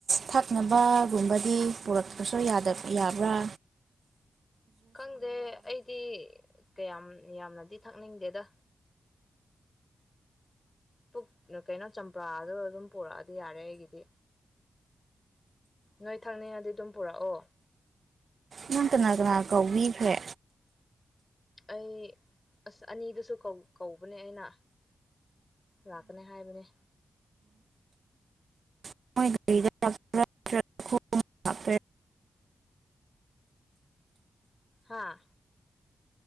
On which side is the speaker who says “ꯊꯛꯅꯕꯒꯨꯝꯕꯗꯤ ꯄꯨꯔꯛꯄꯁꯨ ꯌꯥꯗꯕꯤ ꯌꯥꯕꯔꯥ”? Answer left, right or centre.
Right